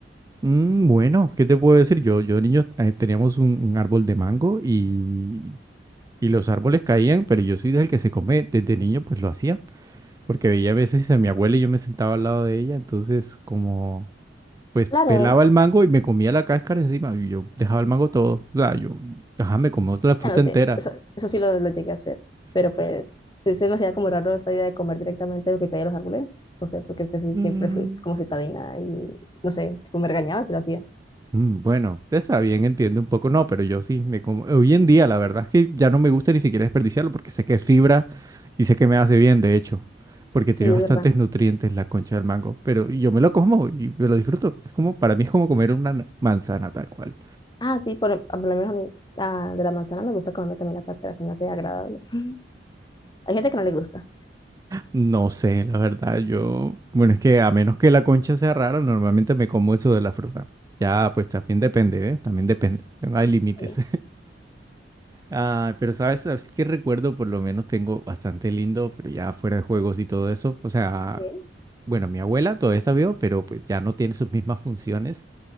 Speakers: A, on the right; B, on the left.
A: Mm, bueno, ¿qué te puedo decir? Yo, yo de niño eh, teníamos un, un árbol de mango y, y los árboles caían, pero yo soy del que se come, desde niño pues lo hacía, porque veía a veces a mi abuela y yo me sentaba al lado de ella, entonces como pues
B: Claro,
A: pelaba
B: a
A: el mango y me comía la cáscara encima y yo dejaba el mango todo, o sea, yo, ajá, me comía toda la fruta
B: bueno, sí,
A: entera.
B: eso, eso sí lo, lo llegué a hacer, pero pues sí, se me hacía como raro esa idea de comer directamente lo que caía de los árboles, no sé, porque yo sí
A: Mm.
B: siempre fui como citadina y no sé, tipo me regañaban si lo hacía.
A: Mm, Bueno, usted está bien, entiende un poco, no, pero yo sí, me como, hoy en día la verdad es que ya no me gusta ni siquiera desperdiciarlo porque sé que es fibra y sé que me hace bien, de hecho, porque
B: Sí,
A: tiene bastantes
B: es verdad.
A: nutrientes la concha del mango, pero yo me lo como y me lo disfruto. Es como, para mí es como comer una na- manzana tal cual.
B: Ah, sí, por, por lo menos a mí la, de la manzana me gusta comerme también la cáscara, se me hace agradable. <laughs> Hay gente que no le gusta.
A: No sé, la verdad, yo, bueno, es que a menos que la concha sea rara, normalmente me como eso de la fruta. Ya, pues también depende, ¿eh? También depende, no hay límites.
B: Sí,
A: Ah, pero sabes, sabes que recuerdo, por lo menos tengo bastante lindo, pero ya fuera de juegos y todo eso. O sea,
B: sí.
A: bueno, mi abuela todavía está viva, pero pues ya no tiene sus mismas funciones.